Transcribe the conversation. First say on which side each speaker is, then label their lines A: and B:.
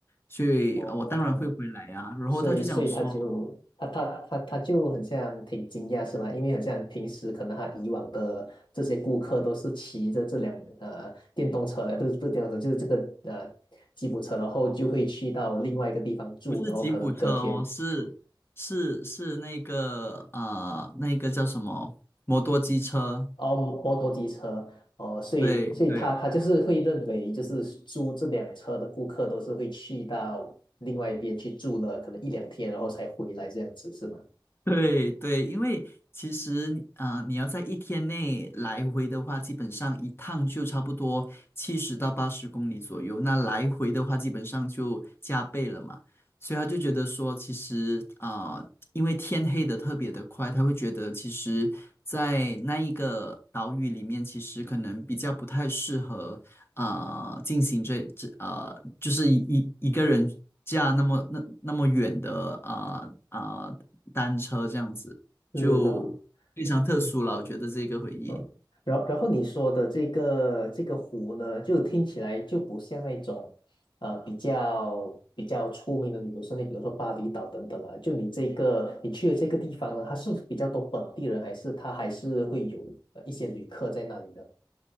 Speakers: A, on the left; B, on the left.
A: 所以呃我当然会回来啊。
B: 哦，
A: 然后他就讲说：
B: 所以所以他就他他他他就很像挺惊讶是吗？因为很像平时可能他以往的这些顾客都是骑着这辆呃电动车，呃不是不是电动车，就是这个呃吉普车，然后就会去到另外一个地方住，
A: “不是吉普车哦，
B: 然后可能隔天
A: 是是是那个呃那个叫什么摩托机车？
B: 哦摩摩托机车。哦，所以所以他他就是会认为，
A: 对对。”
B: 就是租这辆车的顾客都是会去到另外一边去住了，可能一两天，然后才回来这样子，是吗？
A: <laughs> 对对，因为其实啊、呃你要在一天内来回的话，基本上一趟就差不多七十到八十公里左右。那来回的话，基本上就加倍了嘛。所以他就觉得说，其实啊、呃因为天黑的特别的快，他会觉得其实，在那一个岛屿里面，其实可能比较不太适合啊、呃进行这这呃，就是一一一个人驾那么那那么远的啊啊、单车这样子，
B: 是的。
A: 就非常特殊了。
B: 嗯
A: 我觉得这个回忆，
B: 嗯，然然后你说的这个这个湖呢，就听起来就不像那种，呃，比较比较出名的旅游胜地，比如说巴厘岛等等啊。就你这个你去的这个地方呢，它是比较多本地人，还是它还是会有呃一些旅客在那里的？